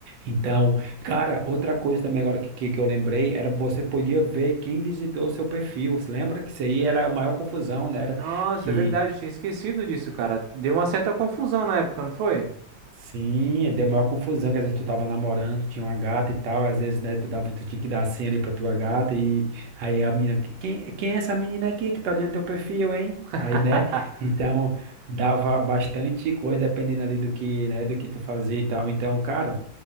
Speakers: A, on the right; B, on the right.
A: Então, cara, outra coisa também agora que, que, que eu lembrei era você podia ver quem visitou o seu perfil. Você lembra que isso aí era a maior confusão, né? Era
B: Nossa,
A: que
B: é verdade. Eu tinha esquecido disso, cara. Deu uma certa confusão na época, não foi?
A: Sim, deu maior confusão, que às vezes tu tava namorando, tinha uma gata e tal, às vezes, né, tu dava, tu tinha que dar a senha ali pra tua gata e aí a menina, "Que- quem, quem é essa menina aqui que tá olhando teu perfil, hein?
B: <laughs>
A: Aí, né, então dava bastante coisa dependendo ali do que, né, do que tu fazia e tal. Então, cara,